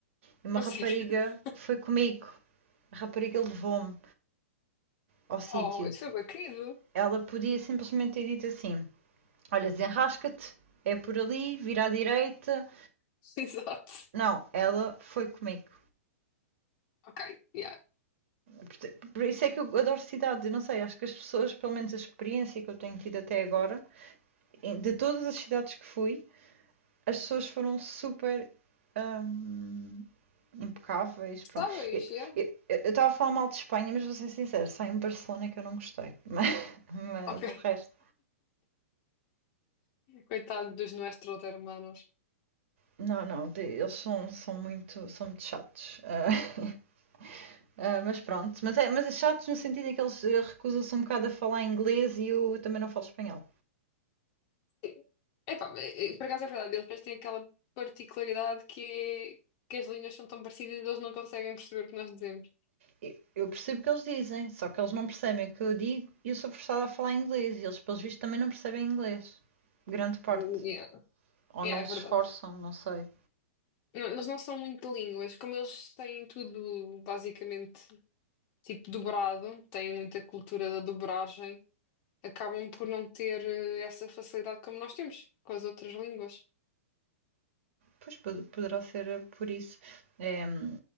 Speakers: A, on the right (about 65°); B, on the left (about 40°).
A: e uma
B: a
A: rapariga
B: sério. <laughs>
A: foi comigo. A rapariga levou-me ao sítio.
B: Oh, isso foi bem querido.
A: Ela podia simplesmente ter dito assim: Olha, desenrasca-te, é por ali, vira à direita.
B: <laughs> Exato.
A: Não, ela foi comigo.
B: Ok, yeah.
A: Porta- Por isso é que eu adoro cidades. Eu não sei, acho que as pessoas, pelo menos a experiência que eu tenho tido até agora, em- de todas as cidades que fui, as pessoas foram super hum, impecáveis. Pronto.
B: Está bem,
A: Eu
B: yeah.
A: estava a falar mal de Espanha, mas vou ser sincera, só em Barcelona é que eu não gostei. <laughs> Mas, mas
B: Ok.
A: o resto.
B: Coitado dos nossos hermanos.
A: Não, não, eles são, são muito, são muito chatos. <laughs> Ah, ah, mas pronto, mas é, mas é chatos no sentido em que eles eh, recusam-se um bocado a falar inglês e eu também não falo espanhol.
B: Sim. Epá, mas, eh, por acaso é verdade, eles depois têm aquela particularidade que, é- que as linhas são tão parecidas e eles não conseguem perceber o que nós dizemos.
A: Eu eu percebo o que eles dizem, só que eles não percebem o que eu digo e eu sou forçada a falar inglês e eles, pelos vistos, também não percebem inglês. Grande parte.
B: Hum, Yeah.
A: Ou
B: Yeah,
A: não
B: é verdade.
A: se esforçam, não sei.
B: Não, eles não são muito de línguas, como eles têm tudo basicamente tipo dobrado, têm muita cultura da dobragem, acabam por não ter eh, essa facilidade como nós temos com as outras línguas.
A: Pois poderá ser eh, por isso. É, hum,